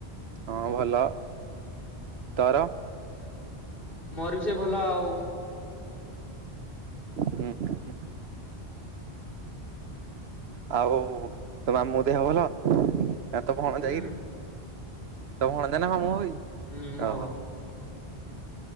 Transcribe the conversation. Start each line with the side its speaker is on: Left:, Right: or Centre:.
Right: ହଁ ଭଲ, ତୋର?
Left: ମୋର ବି ସେ ଭଲ ଆଉ।
Right: ହୁଁ, ହୁଁ। ଆଉ ତୋ ମାମୁଁ ଦେହ ଭଲ? ନା ତ ଭଣଜା
Left: ହୁଁ
Right: ଯାକିରେ, ତ ଭଣଜା ନା ମାମୁଁ ହବ ବେ,
Left: ମାମୁଁ
Right: ଓହୋ।
Left: ହବ।